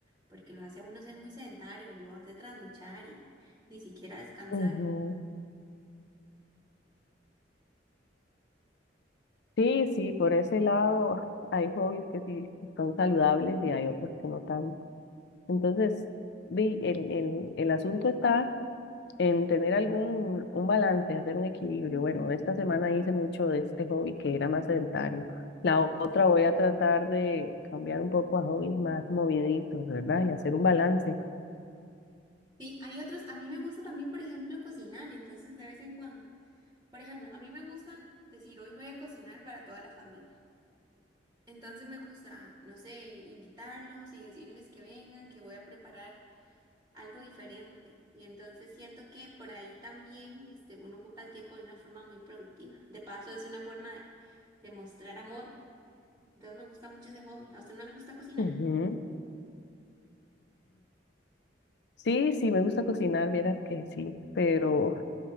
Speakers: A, on the right (about 15°); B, on the left (about 65°).
A: porque lo hace a uno ser muy sedentario, lo hace trasnochar y ni siquiera descansar.
B: Ujú. Sí, sí, por ese lado <laughs> hay hobbies que sí son saludables y hay otros que no tanto. Entonces, di, el, el, el asunto está en tener algún un balance, hacer un equilibrio. Bueno, esta semana hice mucho de este hobby que era más sedentario. La o- otra voy a tratar de cambiar un poco a hobbies más moviditos, ¿verdad? Y hacer un balance.
A: Sí, hay otros, a mí me gusta también, por ejemplo, cocinar, entonces de vez en cuando. Por ejemplo, a mí me gusta decir, hoy voy a cocinar para toda la familia. Entonces me gusta, no sé, invitarlos y decirles que vengan, que voy a preparar algo diferente. Y entonces siento que por ahí también este, uno ocupa el tiempo de una forma muy productiva. De paso, es una forma de, de mostrar amor. Entonces me gusta mucho ese hobby. ¿A usted no le gusta cocinar?
B: Ujú. Sí, sí, me gusta cocinar, vieras que sí, pero